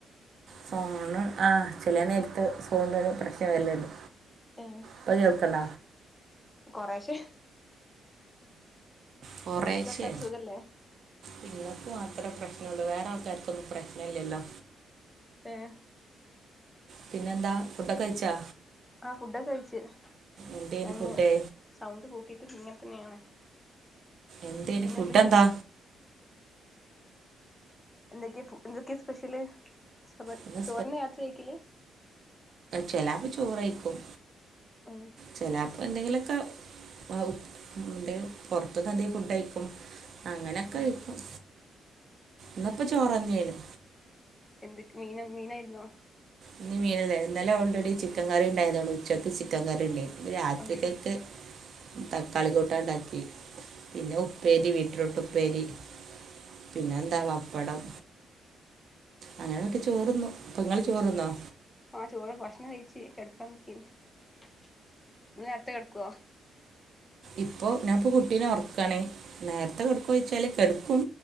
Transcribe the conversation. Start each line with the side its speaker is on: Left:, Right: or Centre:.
Right: ഫോണ്, ആഹ്, ചെല നേരത്ത് ഫോണ് ന് ഒരു പ്രശ്നം വരല്ണ്ട്.
Left: ഏഹ്.
Right: പ്പൊ, കേൾക്കണ്ട.
Left: കൊറെശേ?
Right: കൊറേശേ.
Left: എന്തൊക്കെ വർത്താനം സുഖല്ലേ
Right: നിങ്ങക്ക് മാത്രേ പ്രശ്നള്ളു. വേറെ ആൾക്കാർക്കൊന്നും പ്രശ്ന ഇല്ല ല്ലോ?
Left: ഏഹ്.
Right: പിന്നെന്താ, ഫുഡൊക്ക കഴിച്ചാ...
Left: ആഹ്, ഫുഡൊക്കെ കഴിച്ച്.
Right: എന്തേന്
Left: ഞാൻ
Right: ഫുഡ്
Left: ഞ് സൗണ്ട് കൂട്ടിട്ടും ഇങ്ങൻ തന്നെയാണ്.
Right: എന്തേനു
Left: പിന്നെ
Right: ഫുഡ്
Left: എന്തൊക്കെയാ
Right: എന്താ?
Left: എന്തൊക്കെ, എന്തൊക്കെ, സ്പെഷ്യല്. സബ
Right: ഇന്ന്
Left: ചോറിന്നെയ രാത്രി കഴിക്കല്.
Right: ചെലാപ്പ ചോറ് കഴിക്കും.
Left: ഏഹ്.
Right: ചെലാപ്പ ന്തെങ്കിലൊക്ക, ആഹ്, ന്തേം പൊർത്ത്ന്ന് ന്തേം, ഫുഡ് കയിക്കും. അങ്ങനക്കയിക്കും.
Left: ഉം
Right: ന്നിപ്പോ ചോറന്നെ നു.
Left: എന്തൊക് മീന മീനായിരുന്നോ?
Right: ഇന്ന് മീനല്ല. ഇന്നലെ ഓൾറെഡി ചിക്കൻ കറി ഉണ്ടായതോണ്ട്, ഉച്ചയ്ക്ക് ചിക്കൻ കറിണ്ടായിൻ. രാത്രിക്കക്ക്,
Left: ഉം
Right: തക്കാളി കൂട്ടാൻ ണ്ടാക്കി. പിന്നെ, ഉപ്പേരി, ബീറ്റ്റൂട്ട്, ഉപ്പേരി, പിന്നെ ന്താ പപ്പടം. അങ്ങനൂട്ടി ചോറുന്നു. ഇപ്പൊങ്ങ ചോറ് തിന്നോ?
Left: ആഹ്, ചോറ, ഭക്ഷണം കഴിച്. കെ ടക്കാൻ നിക്കനീ. ങ്ങള് നേരത്ത കെ ടക്കുവോ?
Right: ഇപ്പൊ ഞാൻ ഇപ്പ കുട്ടീനെ ഓറക്കാണ് നേരത്തെ കെടക്കോയിച്ചാല് കെടക്കും